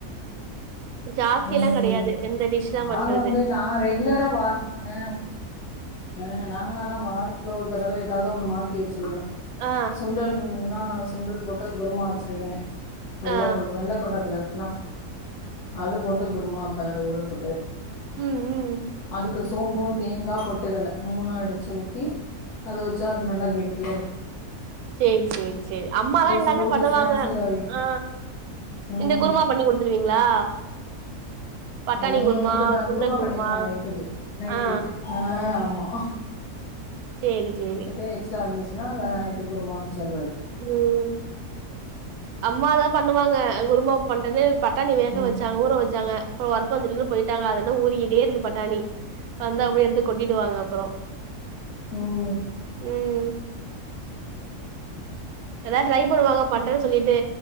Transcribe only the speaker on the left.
ம்
நாங்க
வந்து நா ரெகுலரா வா அ அ நாங்க ஆனா வாரத்துல ஒரு தடவ ஏதாவது ஒண்ணு மாத்தி வச்சிருவே
சுண்டல் இருந்துதுன்னா சுண்டல் போட்டு குருமா வச்சிருவே வெள்ளகொண்
வெள்ள கொண்டக்கல்ல இருக்குன்னா அது போட்டு குருமா வப்பன் அது ஊற போட்டு
அதுக்கு சு சோம்பு தேங்கா பொட்டுக்கல்ல மூணு அடிச்சி ஊத்தி அத வச்சா அது நல்லா கெட்டியா இருக்கு
ஸ்கூலுக்கு
ஸ்நாக்ஸுக்கு
ம்
ம்
இந்த ப
பண்ணிருவேன் நைட்டுக்கு நைட்டுக்கு
ஆ ஆமா
இதே எக்ஸ்ட்ரா இருந்துச்சுன்னா அத நைட்டு குருமா வச்சுர்றது
ம்
ம்